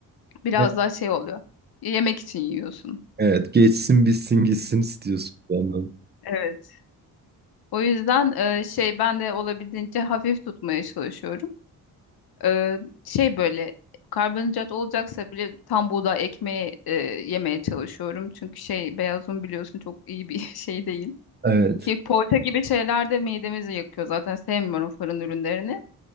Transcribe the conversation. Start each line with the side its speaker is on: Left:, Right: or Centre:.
Left: biraz
Right: <laughs>
Left: daha şey oluyor. Yemek için yiyorsun.
Right: Evet, geçsin bitsin gitsin istiyorsun bir yandan.
Left: Evet. O yüzden e, şey ben de olabildiğince hafif tutmaya çalışıyorum. E, şey böyle karbonhidrat olacaksa bile tam buğday ekmeği e, yemeye çalışıyorum. Çünkü şey beyaz un biliyorsun çok iyi bir <laughs> şey değil.
Right: Evet.
Left: Ki poğaça gibi şeyler de midemizi yakıyor zaten sevmiyorum fırın ürünlerini.